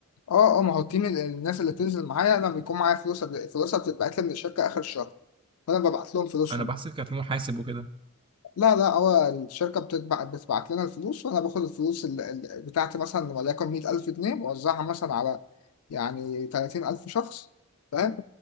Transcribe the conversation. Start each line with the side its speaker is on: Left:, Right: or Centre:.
Left: اه اه ما هو التيم ال- الناس اللي بتنزل معايا انا بيكون معايا فلوس فلوسها بتتبعت لي من الشركة اخر الشهر فانا ببعت لهم فلوسهم
Right: انا بحسب كان في محاسب وكده
Left: لا لا هو الشركة بتتبع بتبعت لنا الفلوس وأنا باخد الفلوس ال- ال- بتاعتي مثلا وليكن مية ألف جنيه بوزعها مثلا على يعني تلاتين ألف شخص فاهم